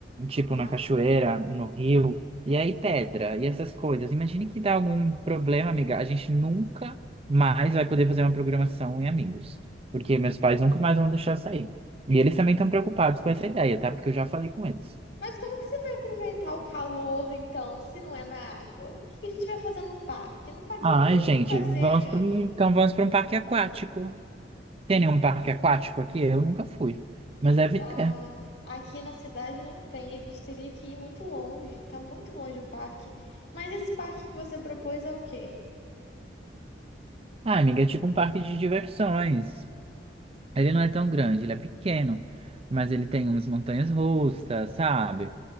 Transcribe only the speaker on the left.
aham.
Mas como que você vai aproveitar o calor, então, se não é na água? O que que a gente vai fazer num parque? Num parque
não tem
o que fazer,
amigo.
Ah,
aqui na cidade não tem, a gente teria que ir muito longe. Tá muito longe o parque. Mas esse parque que você propôs é o quê?